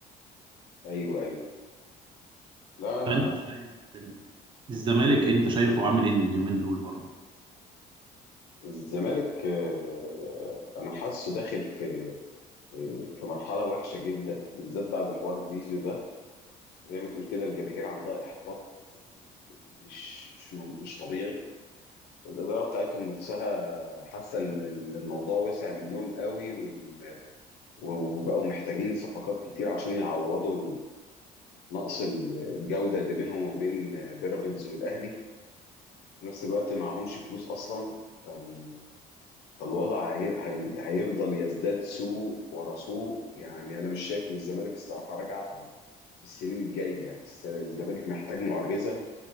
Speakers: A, on the left (about 75°); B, on the right (about 30°).
A: ايوه ايوه لا انا
B: طب أنت شايف الزمالك أنت شايفه عامل إيه اليومين دول برضه؟
A: الزمالك آه، انا حاسه داخل في في مرحله وحشه جدا بالذات بعد حوار زيزو ده زي ما تقول كده الجماهير عندها احباط مش مش مش طبيعي الاداره بتاعتهم نفسها حاسه ان إن الموضوع وسع منهم قوي وال- وبقوا محتاجين صفقات كتير عشان يعوضوا نقص ال- الجودة اللي بينهم وبين بيراميدز والأهلي في نفس الوقت معهمش فلوس أصلا فال... فالوضع هي... هي... هيفضل يزداد سوء ورا سوء يعني أنا مش شايف إن الزمالك الصراحة راجعة في ال- في السنين الجاية يعني الس- الزمالك محتاج معجزة